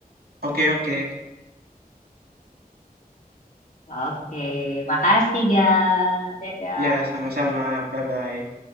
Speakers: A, on the right; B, on the left.
A: Oke oke.
B: Oke, makasih ga. Dadah.
A: Ya sama-sama, bye-bye.